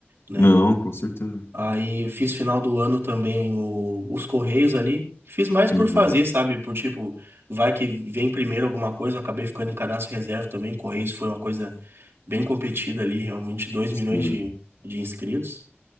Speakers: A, on the right (about 75°); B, on the left (about 75°).
A: né?
B: Não, com certeza.
A: Aí fiz final do ano também o- os Correios ali. Fiz mais por
B: Uhum.
A: fazer, sabe? Por tipo, vai que vem primeiro alguma coisa. eu Acabei ficando em cadastro reserva também. Correios foi uma coisa bem competida ali, realmente dois
B: Sim.
A: milhões de, de inscritos.